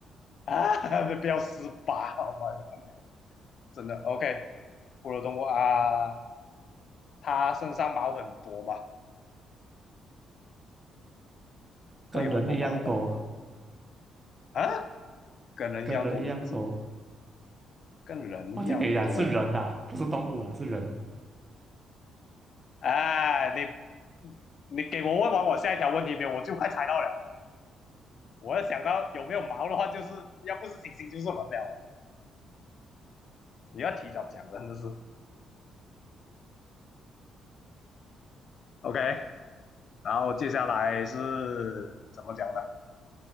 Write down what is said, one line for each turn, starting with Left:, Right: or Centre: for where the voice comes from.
Left: 啊，不要四八，好吗？没有，真的 OK。哺乳动物啊，它身上毛很多嘛，
Right: 跟人一样多，
Left: 会有很多毛啊啊，跟人一样多，
Right: 跟人一样多，
Left: 这跟人一样多。
Right: 我就给你讲是人啊，不是动物啊，是人。
Left: 哎，啊你你给我问完我下一条问题没有？我就快猜到了。我要想到有没有毛的话，就是要不是猩猩就是人了啊。你要提早讲，真的是 OK。然后接下来是怎么讲的？